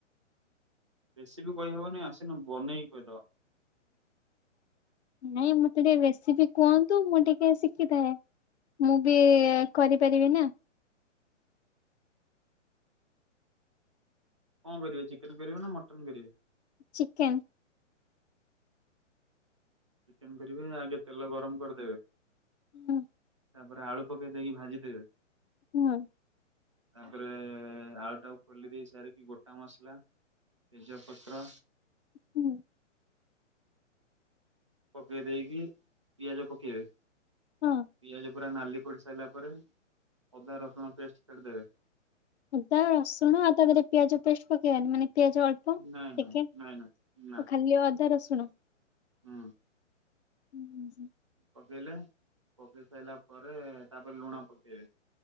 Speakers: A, on the right; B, on the left.
A: ରେସିପି କହିହେବନି ଆସିନେ ବନେଇକି କହିଦବ।
B: ନାଇଁ ମତେ ଟିକେ ରେସିପି କୁହନ୍ତୁ ମୁଁ ଟିକେ ଶିକିଥାଏଁ। ମୁଁ ବି କରିପାରିବି ନାଁ।
A: କଣ କରିବେ ଚିକେନ୍ କରିବେ ନା ମଟନ୍ କରିବେ?
B: ଚିକେନ୍
A: ଚିକେନ କରିବେ ଆଗେ ତେଲ ଗରମ କରିଦେବେ
B: ହୁଁ
A: ତାପରେ ଆଳୁ ପକେଇ ଦେଇକି ଭାଜିଦେବେ
B: ହଁ
A: ତାପରେ ଆଳୁ ଟାକୁ ଖୋଲି ଦେଇ ସାରିକି ଗୋଟା ମସଲା ତେଜପତ୍ର
B: ହୁଁ
A: ପକେଇ ଦେଇକି ପିଆଜ ପକେଇବେ
B: ହଁ
A: ପିଆଜ ପୁରା ନାଲି ପଡି ସାରିଲା ପରେ ଅଦା ରସୁଣ ପେଷ୍ଟ ଛାଡ଼ିଦେବେ
B: ଅଦା ରସୁଣ ଆଉ ତା ଦେହରେ ପିଆଜ ପେଷ୍ଟ ପକେଇବାନି ମାନେ ପିଆଜ ଅଳ୍ପ ଟିକେ
A: ନାଇଁ ନାଇଁ ନାଇଁ ନାଇଁ ନା
B: ଓ ଖାଲି ଅଦା ରସୁଣ?
A: ହୁଁ
B: <inaudible>
A: ପକେଇଲେ ପକେଇ ସାଇଲା ପରେ ତାପରେ ଲୁଣ ପକେଇବେ